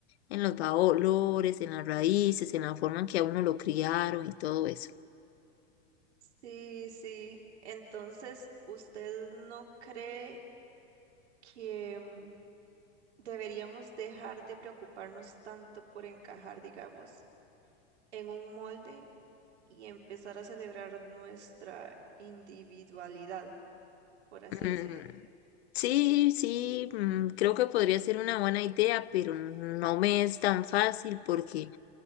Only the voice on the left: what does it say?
en los valores, en las raíces, en la forma en que a uno lo criaron y todo eso.
Mm.
Sí, sí, mm, creo que podría ser una buena idea, pero no me es tan fácil porque,